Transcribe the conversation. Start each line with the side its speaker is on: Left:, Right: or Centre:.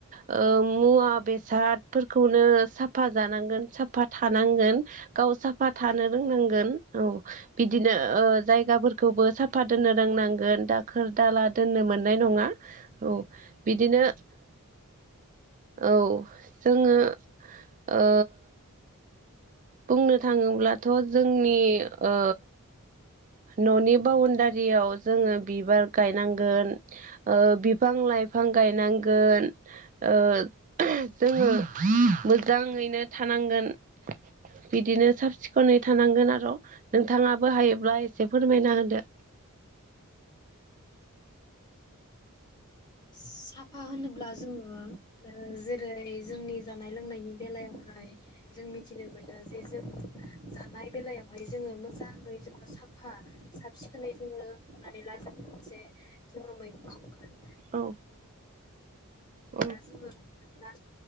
Right: ओ मुवा बेसाद। फोरखौनो साफा जानांगोन साफा थानांगोन गाव साफा थानो रोंनांगोन। औ बिदिनो ओ जायगाफोरखौबो साफा दोननो रोंनांगोन दाखोर दाला दोननो मोन नाय नङा औ बिदिनो। औ जोङो ओ। बुंनो थाङोब्लाथ'जोंनि ओ। न'नि बाउणडारियाव जोङो बिबार गायनांगोन ओ बिफां लाइफ फां गायनांगोन ओ जोङो मोजाङैनो था नांगोन बिदिनो साब सिखोनै थानांगोन आर' नोंथाङाबो हायोब्ला ए से फोरमायना होदो।
Left: साफा होनोब्ला जोङो जेरै- जोंनि जानाय लोंनायनि बेलायाव। जों मिथिनो मोनदों जे जोङो जानाय बेलायावहाय जोङो मोजाङै जोङो सा साफा साब सिखोनै जोङो हमनानै ला जोङो मोनसे जोङो मैगं संगोन।
Right: औ। औ
Left: <unintelligible> ब्ला